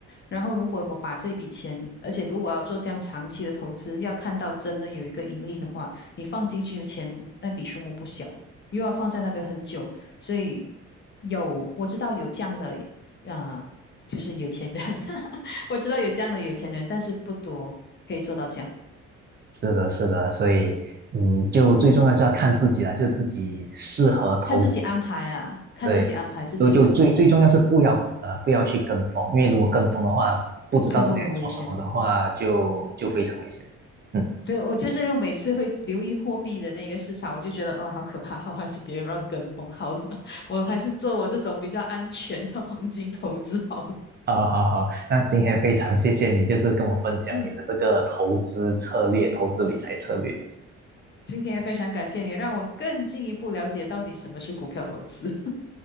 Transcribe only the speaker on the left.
然后如果我把这笔钱，而且如果要做这样长期的投资，要看到真的有一个盈利的话，你放进去的钱那笔数目不小，又要放在那边很久，所以有我知道有这样的啊，就是有钱人，<laughs> 我知道有这样的有钱人，但是不多可以做到这样。
看自己安排啊，看自己安排自己的能力，
跟风很危险的。
对，我就是每次会留意货币的那个市场，我就觉得，哦，好可怕，<laughs> 我还是别让跟风好了，<laughs> 我还是做我这种比较安全的黄金投资好了。
嗯，
今天也非常感谢你，让我更进一步了解到底什么是股票投资。